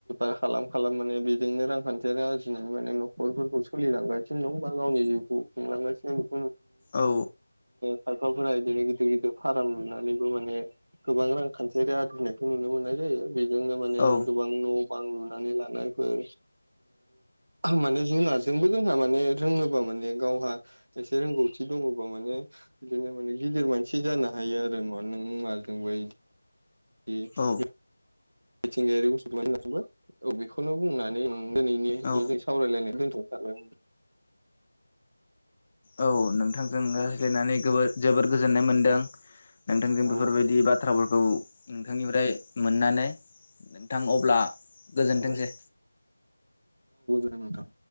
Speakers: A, on the right (about 60°); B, on the left (about 20°).
A: <unintelligible> खालाम-खालाम माने बेजोंनो रांखान्थियारि आरजिनानै माने नखरफोरखौ सोलिलांगासिनो दं बा गावनि जिउखौ खुंलांगासिनो दं।
B: औ
A: खायफाफोरा इदिनो गिदिर गिदिर फाराम लुनानैबो माने गोबां रांखान्थियारि आरजिनायखौ नुनो मोननाय जायो। बेजोंनो माने
B: औ
A: गोबां न' बां लुनानै लानाय फोर माने जुनारजोंबो जोंहा माने रोङोबा माने गावहा एसे रोंगौथि दङबा माने बिदिनो माने गिदिर मानसि जानो हायो आरो <unintelligible> <unintelligible>
B: औ
A: मिथिंगायारि <unintelligible> औ बेखौनो बुंनानै ओं दिनैनि
B: औ
A: बेजों सावरायलायनाय दोनथ'नो सानबाय ।
B: औ नोंथांजों रायज्लायनानै गोबोर जोबोर गोजोननाय मोनदों । नोंथांजों
A: औ
B: बेफोरबायदि बाथ्राफोरखौ नोंथांनिफ्राय मोननानै नोंथां अब्ला गोजोनथोंसै।
A: औ ओं नोंथां